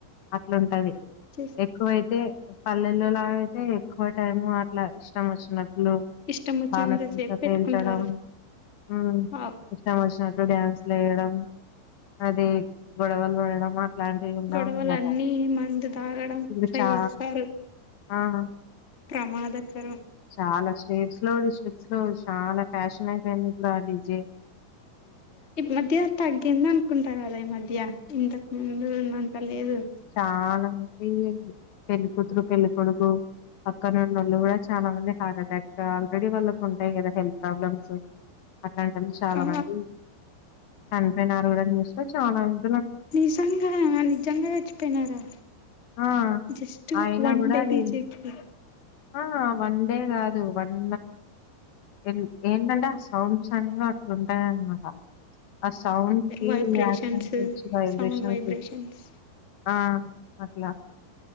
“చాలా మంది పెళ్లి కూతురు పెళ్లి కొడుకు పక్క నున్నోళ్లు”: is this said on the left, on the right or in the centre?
Left